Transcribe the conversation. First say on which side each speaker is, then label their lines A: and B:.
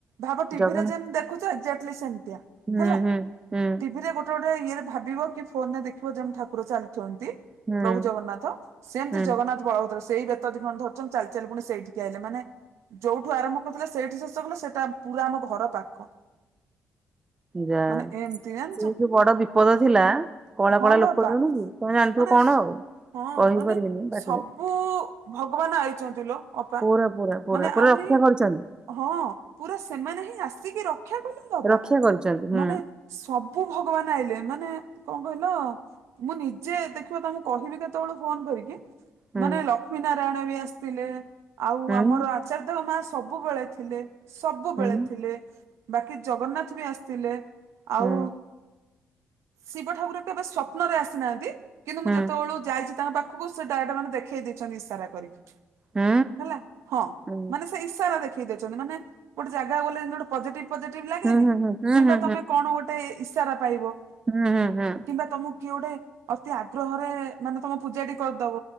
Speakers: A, on the right; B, on the right.
A: ଭାବ ଟିଭି
B: ଜଗନ୍ନା
A: ରେ ଯେନ୍ ଦେ <unintelligible> ସେମ୍ତିଆ
B: ହୁଁ
A: ହେଲା
B: ହୁଁ ହୁଁ
A: ଟିଭିରେ <unintelligible> ଗୋଟେ ଇଏରେ ଭିବ କି ଫୋନ୍ ରେ ଦେଖିବ ଯେମ୍ତି ଠାକୁର ଚାଲିଚନ୍ତି
B: ହୁଁ
A: ପ୍ରଭୁ ଜଗନ୍ନାଥ ସେମ୍ତି
B: ହୁଁ
A: ଜଗନ୍ନାଥ ବଳଭଦ୍ର ସେଇ ବେତ ଦି <unintelligible> ଧରିଚନ୍ତି ଚାଲି-ଚାଲି ପୁଣି ସେଇଠିକି ଆଇଲେ ମାନେ ଯୋଉଠୁ ଆରମ୍ଭ <unintelligible> ସେଇଠି ଶେଷ କଲେ ସେଇଟା ପୁରା ଆମ ଘର ପାଖ।
B: ଯା।
A: ମାନେ ଏମିତି ଜାଣିଛ।
B: ସେ ଯୋଉ ବଡ ବିପଦ ଥିଲା କଳା-କଳା
A: ହଁ ଲୋ
B: ଲୋକ
A: ଅପା
B: <unintelligible> କି ତମେ ଜାଣିଥିବ
A: ମାନେ
B: କଣ ଆଉ।
A: ହଁ
B: କହିପାରିବିନି
A: ମାନେ
B: ପାଟିରେ
A: ସବୁ ଭଗବାନ୍ ଆଇଚନ୍ତି ଲୋ। ଅପା।
B: ପୁରା-ପୁରା-ପୁରା-ପୁରା
A: ମାନେ ଆହୁରି
B: ରକ୍ଷା କରିଚନ୍ତି?
A: ହଁ ପୁରା ସେମାନେ ହିଁ ଆସିକି ରକ୍ଷା କଲେ ଲୋ ଅପା,
B: ରକ୍ଷା କରିଛନ୍ତି ହୁଁ
A: ମାନେ ସବୁ ଭଗବାନ୍ ଆଇଲେ ମାନେ କଣ କହିଲ ମୁଁ ନିଜେ ଦେଖିବ ତମୁକୁ କହିବି କେତବେଳୁ ଫୋନ୍ କରିକି
B: ହୁଁ
A: ମାନେ ଲକ୍ଷ୍ମୀ ନାରାୟଣ ବି ଆସିଥିଲେ ଆଉ
B: ହୁଁ
A: ଆମର <unintelligible> ମା ସବୁବେଳେ ଥିଲେ ସବୁବେଳେ
B: ହୁଁ
A: ଥିଲେ। ବାକି ଜଗନ୍ନାଥ ବି ଆସିଥିଲେ ଆଉ
B: ହୁଁ
A: ଶିବ ଠାକୁର କେବେ ସ୍ଵପ୍ନରେ ଆସିନାହାନ୍ତି କିନ୍ତୁ
B: ହୁଁ
A: ମୁଁ ଯେତବେଳୁ ଯାଇ ତାଙ୍କ ପାଖକୁ ସେ <unintelligible> ମାନେ ଦେଖେଇ ଦେଇଚନ୍ତି ଇସାରା କରିକି।
B: ହୁଁ
A: ହେଲା ହଁ
B: ହୁଁ
A: ମାନେ ସେ ଇଶାରା ଦେଖେଇ ଦେଉଚନ୍ତି ମାନେ ଗୋଟେ ଜାଗା ଗଲେ <unintelligible> ପଜେଟିଭ-ପଜେଟିଭ ଲାଗେନି
B: ହୁଁ ହୁଁ ହୁଁ
A: କିମ୍ବା
B: ହୁଁ ହୁଁ ହୁଁ
A: ତମେ କଣ ଗୋଟେ ଇାଶାରା ପାଇବ।
B: ହୁଁ ହୁଁ ହୁଁ।
A: କିମ୍ବା ତମକୁ କିଏ ଗୋଟେ ଅତି ଆଗ୍ରହରେ ମାନେ ତମ ପୂଜା ଟି କରିଦବ।